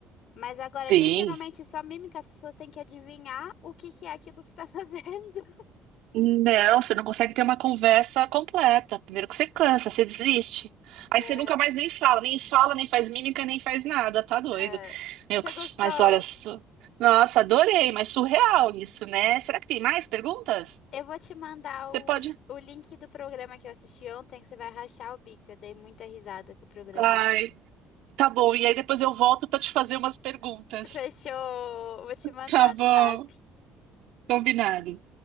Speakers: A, on the left; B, on the right.
A: Mas agora,
B: Sim.
A: literalmente, só mímica, as pessoas têm que adivinhar o que que é aquilo que você tá <laughs> fazendo.
B: Não, você não consegue ter uma conversa completa. Primeiro que você cansa, você desiste. Aí
A: É,
B: você nunca mais nem fala, nem fala, nem faz mímica, nem faz nada, tá doido.
A: é.
B: Meu,
A: Você
B: que
A: gostou?
B: su- mas olha, su... nossa, adorei, mas surreal isso, né? Será que tem mais perguntas?
A: Eu vou te mandar
B: Você
A: o,
B: pode.
A: li- o link do programa que eu assisti ontem, que você vai rachar o bico. Eu dei muita risada com o programa.
B: Ai, tá bom. E aí depois eu volto pra te fazer umas perguntas.
A: Fechou! Vou te mandar
B: Tá bom,
A: no zap.
B: combinado.